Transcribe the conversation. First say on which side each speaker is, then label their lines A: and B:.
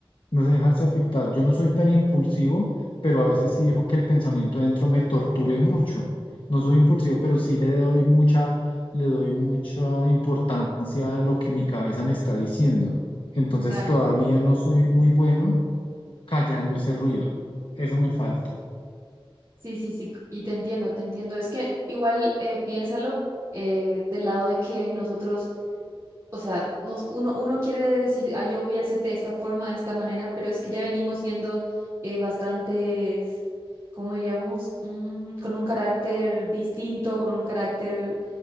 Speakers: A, on the left; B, on the right.
A: no sé dejarse afectar. Yo no soy tan impulsivo, pero a veces sí dijo que el pensamiento dentro me torture mucho. No soy impulsivo, pero sí le doy mucha, le doy mucha importancia a lo que mi cabeza me está diciendo. Entonces
B: claro.
A: todavía no soy muy bueno callando ese ruido. Eso me falta.
B: Sí, sí, sí, y te entiendo, te entiendo. Es que igual eh, piénsalo eh, del lado de que nosotros o sea, nos, uno, uno quiere decir, ah, yo voy a hacer de esta forma, de esta manera, pero es que ya venimos siendo eh, bastantes, ¿cómo diríamos? Mm, con un carácter distinto, con un carácter